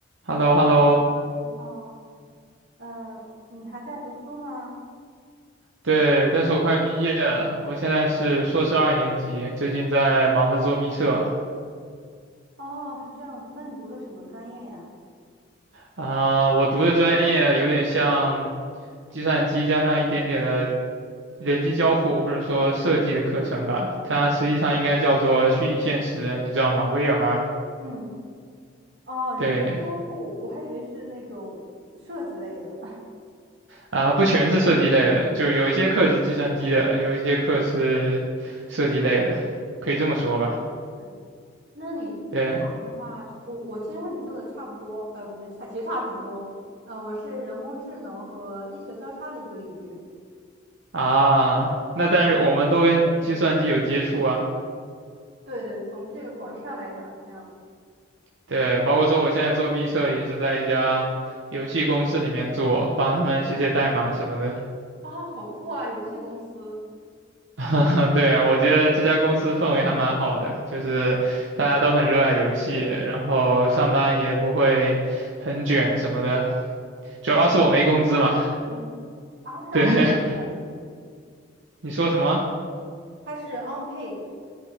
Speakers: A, on the right (about 85°); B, on the right (about 65°).
A: h e
B: 你好，
A: l l o h e l l o
B: 你好，呃，你还在读书吗？
A: 对，但是我快毕业了，我现在是硕士二年级，最近在忙着做毕设
B: 哦，是这样子，那你读的什么专业呀？
A: 啊，我读的专业有点像计算机加上一点点的人机交互或者说设计的课程吧，它实际上应该叫做虚拟现实，你知道吗？VR。
B: 嗯，哦，人机交互，
A: 对，
B: 我还以为是那种设计类的。<laughs>
A: 啊，不全是设计类的，就有一些课是计算机的，有一些课是设计类的，可以这么说吧。
B: 对，那你
A: 对。
B: VR 的话是我我其实和你做的差不多，呃，不是，差其实差挺多。呃，我是人工智能和医学交叉的一个领域。
A: 啊，那但是我们都跟计算机有接触啊，
B: 对对，从这个广义上来讲是这样的。
A: 对，包括说我现在做毕设也是在一家游戏公司里面做，帮他们写写代码什么的。
B: 啊，好酷啊！游戏公司，
A: <laughs> 对，我觉得这家公司氛围还蛮好的，就是大家都很热爱游戏，然后上班也不会很卷什么的，主要是我没工资嘛。
B: 嗯，啊是 unpaid
A: 对，<laughs>
B: 的，
A: 你说什么？
B: 它是 unpaid，